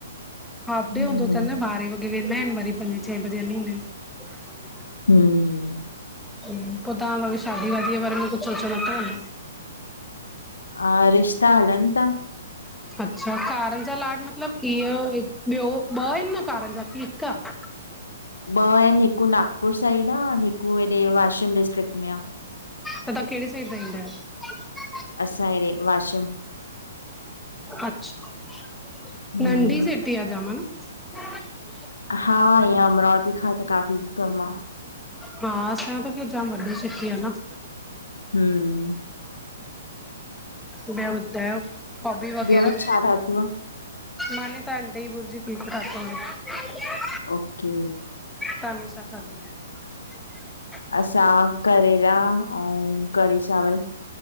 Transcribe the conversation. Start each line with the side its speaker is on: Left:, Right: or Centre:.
Centre: हाफडे
Left: हम्म,
Centre: हूंदो त न बारे वगें। हे वेंदा आहिन वरी पंजे छहे बजे हलींदा आहिन।
Left: हूं
Centre: हूं पोइ तव्हां भई शादी वादीअ जे बारे में कुछ सोचयो नथव अना।
Left: हा रिश्ता हलन ता।
Centre: अच्छा कार जा लाड मतलब इअ ॿियो ॿ आहिनि न कार जा की हिक आहे।
Left: ॿ आहिनि हिक नागपुर साइड आहे अ हिक हेॾे वाशिम डिस्ट्रिक्ट में आहे।
Centre: त तव्हां कहिड़े साइड रहिंदा आहियो?
Left: असां <inaudible> हिड़े वश
Centre: अच्छा
Left: हम्म
Centre: नंडी सीटी आहे जाम न? ह <inaudible>
Left: हा इय अमरावती खां त काफ़ी कम आ
Centre: हा असां जी त खैर जाम वॾी सिटी आहे न।
Left: हूं
Centre: ॿयो ॿुधायो हॉबी वग़ैरह।
Left: ॿियो छा ठातो आ?
Centre: मानीे त अंडे जी भुरजी बिल्कुल नथो वणे।
Left: ओके
Centre: तालू छाा खाध <inaudible>
Left: असां करेला अऊं कढ़ी चांवर।